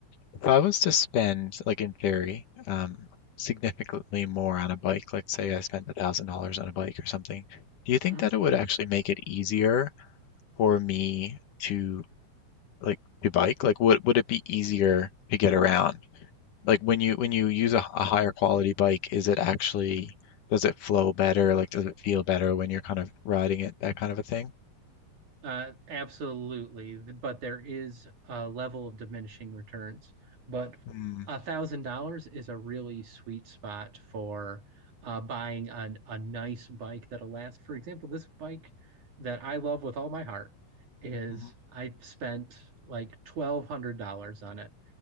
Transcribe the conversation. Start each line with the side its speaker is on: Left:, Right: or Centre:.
Left: if I was to spend like in theory um significantly more on a bike, like say I spent a thousand dollars on a bike or something. Do you think
Right: hmm
Left: that it would actually make it easier? for me to like you bike? Like would would it be easier to get around? Like when you when you use a a higher quality bike, is it actually does it flow better? Like does it feel better when you're kind of riding it, that kind of a thing?
Right: Uh, absolutely. But there is a level of diminishing returns. But
Left: Mm,
Right: a thousand dollars is a really sweet spot for uh, buying a, a nice bike that'll last. For example, this bike that I love with all my heart is
Left: mhm,
Right: I spent like twelve hundred dollars on it.